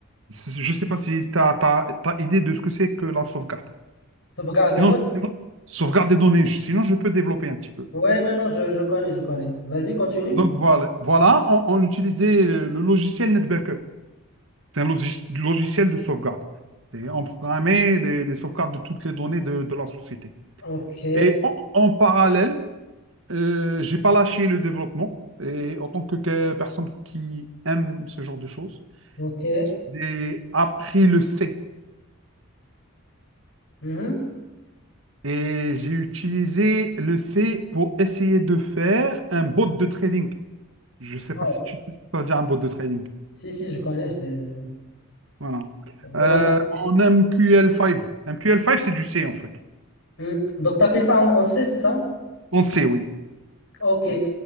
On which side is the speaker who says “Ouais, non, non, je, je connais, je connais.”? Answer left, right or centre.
Left